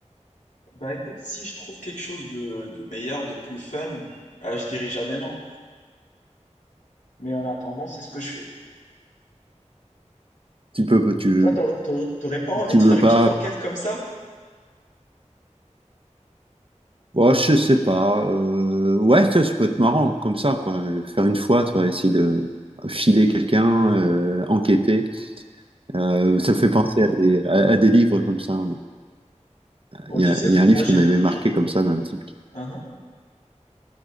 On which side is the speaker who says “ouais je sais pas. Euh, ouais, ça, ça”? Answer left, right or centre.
Right